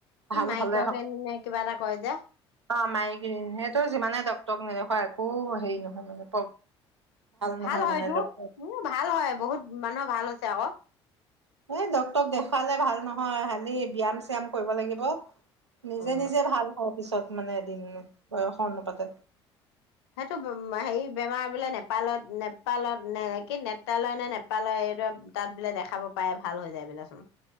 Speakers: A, on the left; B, on the right.
A: কি
B: ভাল
A: মাইক'গেন
B: হ'লে হ'ব
A: নে কিবা এটা কয় যে।
B: অ মাইগ্ৰিন সেইটো যিমানে টকটক নেদেখুৱা একো হেৰি নহয় মানে নহয়
A: ভাল হয়তো
B: মানে ডক্টৰ
A: উম ভাল হয় বহুত মানুহৰ ভাল হৈছে আকৌ।
B: এই ডক্টৰক দেখুৱালে ভাল নহয় খালি ব্যায়াম চায়াম কৰিব লাগিব। নিজে
A: উম
B: নিজে ভাল হয় পিছত মানে এদিন বয়সৰ অনুপাতে।
A: সেইটো বুম মাহ হেৰি বেমাৰ বোলে নেপালত নেপালত নে কি নেপ্ৰালয় নে নেপালৰ এই দাত বোলে দেখাব পায় ভাল হৈ যায় বোলে চোন।